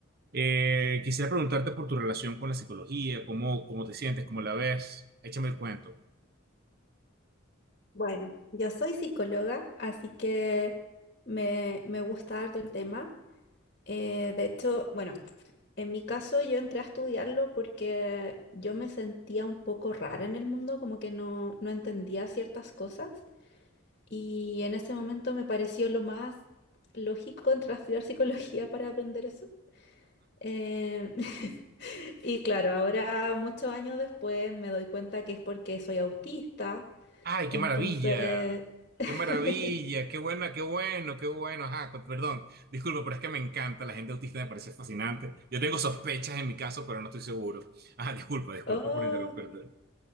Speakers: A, on the right; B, on the left.
A: Eh, quisiera preguntarte por tu relación con la psicología, cómo, cómo te sientes, cómo la ves. Échame el cuento.
B: Bueno, yo soy psicóloga, así que me, me gusta harto el tema. Eh, de hecho, bueno, en mi caso yo entré a estudiarlo porque yo me sentía un poco rara en el mundo, como que no, no entendía ciertas cosas y en ese momento me pareció lo más lógico entrar a estudiar <laughs> psicología para aprender eso. Eh, <laughs> y claro, ahora muchos años después me doy cuenta que es porque soy autista,
A: ¡Ay, qué
B: entonces...
A: maravilla!
B: <laughs>
A: ¡Qué maravilla! ¡Qué buena, qué bueno, qué bueno! Ajá, con- perdón, disculpa, pero es que me encanta. La gente autista me parece fascinante. Yo tengo sospechas en mi caso, pero no estoy seguro. Ajá, disculpa, disculpa
B: Oh,
A: por interrumpirte.